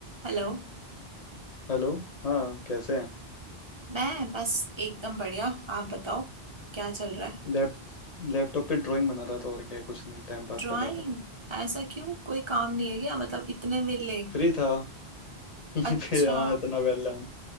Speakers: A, on the right; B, on the left.
A: Hello
B: Hello हाँ कैसे हैं
A: मैं बस एकदम बढ़िया आप बताओ क्या चल रहा है
B: लैप लैपटॉप पे ड्राइंग बना रहा था और क्या है कुछ नहीं टाइम
A: ड्राइंग
B: पास कर रहा था
A: ऐसा क्यों कोई काम नहीं है क्या मतलब इतने वेले
B: फ्री था <laughs>
A: अच्छा
B: फिर हाँ इतना बैठा हूँ